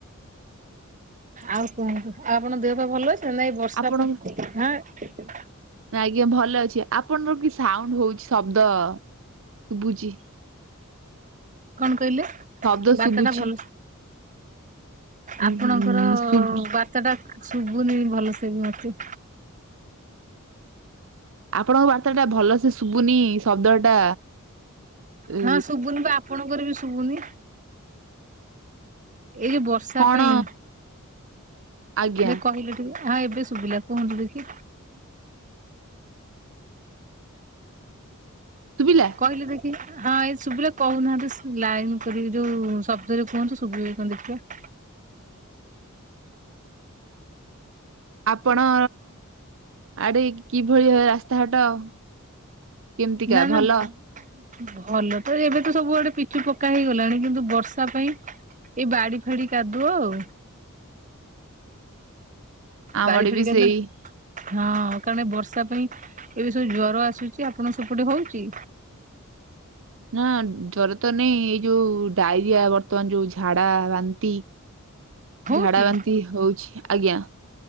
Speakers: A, on the right (about 35°); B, on the right (about 65°).
A: ଆଉ କୁହନ୍ତୁ, ଆଉ ଆପଣ ଦେହ ପା ଭଲ ଅଛି ନା? ନାଇ ଏ ବର୍ଷା
B: ଆପଣ
A: ପାଇଁ, ହାଁ।
B: ଆଜ୍ଞା ଭଲ ଅଛି, ଆପଣଙ୍କର କି ସାଉଣ୍ଡ ହଉଚି ଶବ୍ଦ ଶୁବୁଚି।
A: କଣ କହିଲେ?
B: ଶବ୍ଦ
A: ବାର୍ତ୍ତା
B: ଶୁବୁଛି।
A: ଟା ଭଲ ଆପଣଙ୍କର
B: ହୁଁ ଶୁଭ
A: ବାର୍ତ୍ତାଟା, ଶୁଭୁନି ଭଲସେ ମତେ।
B: ଆପଣଙ୍କ ବାର୍ତ୍ତା ଟା ଭଲସେ ଶୁଭୁନି, ଶବ୍ଦ ଟା ଉ
A: ହଁ ଶୁବୁନି ପା, ଆପଣଙ୍କର ବି ଶୁଭୁନି। ଏଇ ଯୋଉ ବର୍ଷା
B: କଣ
A: ପାଇଁ
B: ଆଜ୍ଞା
A: ଦେ କହିଲୁ ଟିକେ, ହଁ ଏବେ ଶୁବିଲା, କୁହନ୍ତୁ ଦେଖି?
B: ଶୁବିଲା?
A: କହିଲୁ ଦେଖି, ହଁ, ଏ ଶୁବିଲା, କହୁନାହାନ୍ତି ଲାଇନ କରିକି ଯୋଉ ଶବ୍ଦରେ କୁହନ୍ତୁ ଶୁଭିବ। କଣ ଦେଖିବା?
B: ଆପଣ, ଆଡେ କିଭଳି ରାସ୍ତାଘାଟ କେମିତିକା
A: ନା <unintelligible>
B: ଭଲ
A: ଭଲ ତ ଏବେ ତ ସବୁଆଡେ ପିଚୁ ପକା ହେଇଗଲାଣି କିନ୍ତୁ ବର୍ଷା ପାଇଁ ଏଇ ବାଡି ଫାଡି କାଦୁଅ ଆଉ।
B: ଆମ
A: ବାଡ଼ି
B: ଆଡେ
A: ଫାଡ଼ି
B: ବି
A: କାଦୁ
B: ସେଇ
A: ହଁ, କାରଣ ବର୍ଷା ପାଇଁ ଏବେ ସବୁ ଜ୍ୱର ଆସୁଛି ଆପଣ ସେପଟେ ହଉଚି?
B: ନା, ଜର ତ ନାଇଁ, ଛ ଏଇ ଯୋଉ ଡାଇରିଆ ବର୍ତ୍ତମାନ ଯୋଉ ଝାଡା, ବାନ୍ତି
A: ହଉଛି
B: ଝାଡା ବାନ୍ତି ହଉଛି ଆଜ୍ଞା।